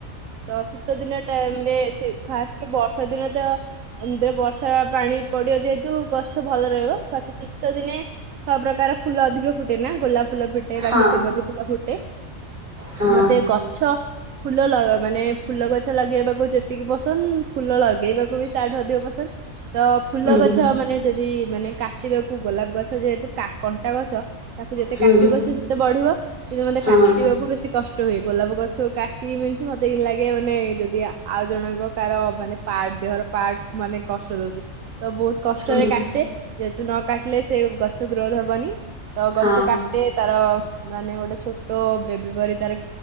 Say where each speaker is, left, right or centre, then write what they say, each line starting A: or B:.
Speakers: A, on the right; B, on the right.
A: ତ ଶୀତ ଦିନେ ଟାଇମ ରେ ସେ ଫାଷ୍ଟ କି ବର୍ଷା ଦିନେ ତ ଏମିତିରେ ବର୍ଷା ପାଣି ପଡିବ ଯେହେତୁ ଗଛ ଭଲ ରହିବ ବାକି ଶୀତ ଦିନେ ସବୁପ୍ରକାର ଫୁଲ ଅଧିକ ଫୁଟେ ନା ଗୋଲାପ। ଫୁଲ ଫୁଟେ ବାକି
B: ହଁ।
A: ସେବତି ଫୁଲ ଫୁଟେ।
B: ହଁ
A: ମତେ ଗଛ ଫୁଲ ଲଗା ମାନେ ଫୁଲ ଗଛ ଲଗେଇବାକୁ ଯେତିକି ପସନ୍ଦ ଫୁଲ ଲଗେଇବାକୁ ବି ତାଠୁ ଅଧିକ ପସନ୍ଦ ତ ଫୁଲ
B: ହୁଁ
A: ଗଛ ମାନେ ଯଦି ମାନେ କାଟିବାକୁ ଗୋଲାପ ଗଛ ଯେହେତୁ କଣ୍ଟା ଗଛ ତାକୁ ଯେତେ
B: ହୁଁ
A: କାଟିବ
B: ହୁଁ
A: ସେ ସେତେ ବଢିବ କିନ୍ତୁ ମତେ
B: ହୁଁ ହଁ
A: କାଟିବାକୁ ବେଶୀ କଷ୍ଟ ହୁଏ ଗୋଲାପ ଗଛ କାଟିବି ମତେ ଏଇ ଲାଗେ ମାନେ ଯଦି ଆଉ ଜଣଙ୍କ କାର ମାନେ ପାର୍ଟ ଦେହର ପାର୍ଟ ମାନେ କଷ୍ଟ ଦଉଛି ତ ବହୁତ୍ କଷ୍ଟରେ
B: ହୁଁ ହୁଁ
A: କାଟେ ଯେହେତୁ ନ କାଟିଲେ ସେ ଗଛ ଗ୍ରୋଥ ହବନି ତ ଗଛ
B: ହଁ
A: କାଟେ ତାର ମାନେ ଗୋଟେ ଛୋଟ ବେବି ପରି ତାର